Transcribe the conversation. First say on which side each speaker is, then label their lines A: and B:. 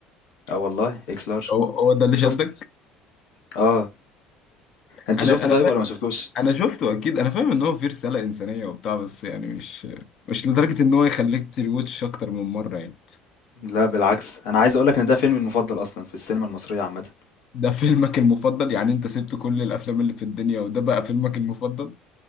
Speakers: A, on the left; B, on the left.
A: اه والله اكس لارج
B: هو هو ده اللي
A: شفت
B: شدك
A: اه أنت
B: انا
A: شُفته
B: انا
A: طيب
B: فا...
A: والّا ما شُفتوش؟
B: انا شفته اكيد انا فاهم ان هو فيه رسالة انسانية وبتاع بس يعني مش مش لدرجة ان هو يخليك تريوتش اكتر من مرة يعني
A: لا بالعكس، أنا عايز أقول لك إن ده فيلمي المفضل أصلًا في السينما المصرية عامةً.
B: ده فيلمك المفضل يعني انت سبت كل الافلام اللي في الدنيا وده بقى فيلمك المفضل